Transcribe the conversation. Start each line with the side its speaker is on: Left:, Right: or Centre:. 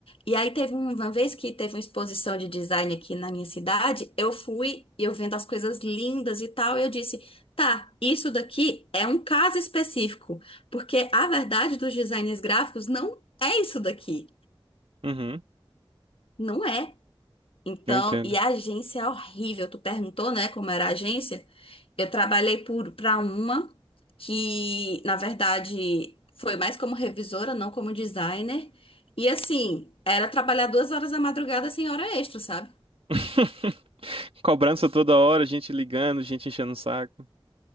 Left: E aí teve um- uma vez que teve uma exposição de design aqui na minha cidade, eu fui e eu vendo as coisas lindas e tal, e eu disse, tá, isso daqui é um caso específico, porque a verdade dos designers gráficos não é isso daqui.
Right: uhum,
Left: Não é. Então,
Right: eu entendo.
Left: e a agência é horrível. Tu perguntou, né, como era a agência? Eu trabalhei por para uma que, na verdade, foi mais como revisora, não como designer. E assim, era trabalhar duas horas da madrugada sem hora extra, sabe?
Right: <laughs> Cobrança toda hora, gente ligando, gente enchendo o saco.